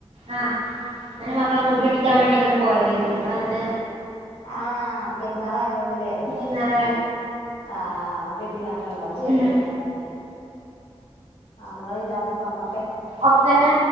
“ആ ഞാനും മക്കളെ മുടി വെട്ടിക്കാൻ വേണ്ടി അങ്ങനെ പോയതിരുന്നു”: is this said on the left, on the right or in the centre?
Right